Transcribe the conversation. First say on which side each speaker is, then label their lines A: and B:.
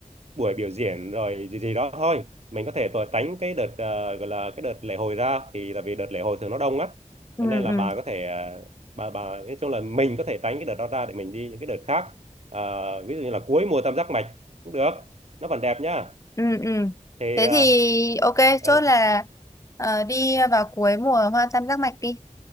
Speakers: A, on the right (about 50°); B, on the left (about 25°).
A: buổi biểu diễn rồi gì gì đó thôi mình có thể tổ tránh cái đợt ờ, gọi là cái đợt lễ hội ra thì là vì đợt lễ hội thường nó đông á
B: ừ
A: cho nên là
B: ừ
A: bà có thể ờ, bà bà nói chung là mình có thể tránh cái đợt đó ra để mình đi những cái đợt khác Ờ, ví dụ như là cuối mùa tam giác mạch cũng được nó vẫn đẹp nhá
B: ừ ừ
A: thì
B: thế
A: ờ,
B: thì ok
A: ừ,
B: chốt là ờ, đi vào cuối mùa hoa tam giác mạch đi